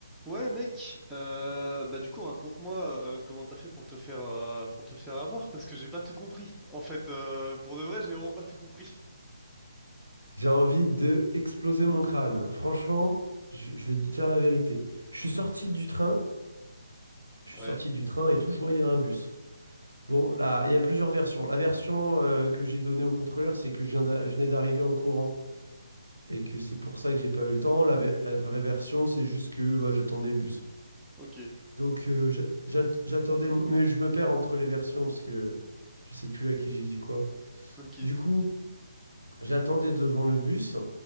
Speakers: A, in the centre; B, on the right.
A: Ouais mec, euh, bah du coup raconte-moi euh, comment t'as fait pour te faire euh, pour te faire avoir parce que j'ai pas tout compris. En fait, euh, pour de vrai, j'ai vraiment pas tout compris. <laughs>
B: <laughs> J'ai envie de exploser mon crâne. Franchement, je, je vais te dire la vérité. Je suis sorti du train, je
A: Ouais.
B: suis sorti du train et tout, je vois, il y a un bus. Bon, là, il y a plusieurs versions. La version euh, que j'ai donnée au contrôleur, c'est que je viens d'a- je venais d'arriver en courant et que c'est pour ça que j'ai pas eu le temps. La, ve- la vraie version, c'est juste que bah, j'attendais le bus.
A: Ok.
B: Donc, euh, j'a- j'att- j'attendais mon... Mais je me perds entre les versions parce que je sais plus à qui j'ai dit quoi.
A: Ok.
B: Du coup, j'attendais devant le bus.